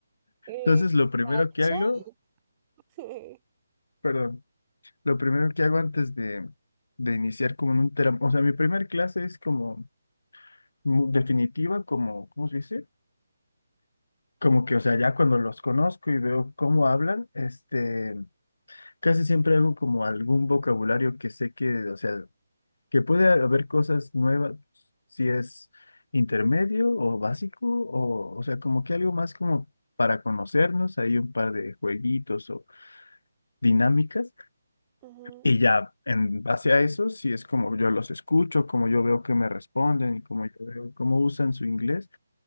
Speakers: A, on the right (about 20°); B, on the left (about 75°).
A: Eh,
B: Entonces, lo primero
A: ¿Cacha?
B: que hago,
A: <laughs>
B: perdón. Lo primero que hago antes de, de iniciar como en un tram, o sea, mi primer clase es como mu- definitiva, como, ¿cómo se dice? Como que, o sea, ya cuando los conozco y veo cómo hablan, este, casi siempre hago como algún vocabulario que sé que, o sea, que puede haber cosas nuevas, si es intermedio o básico, o, o sea, como que algo más como para conocernos, hay un par de jueguitos o dinámicas
A: Ujú,
B: Y ya en base a eso, sí es como yo los escucho, como yo veo que me responden y como yo veo cómo usan su inglés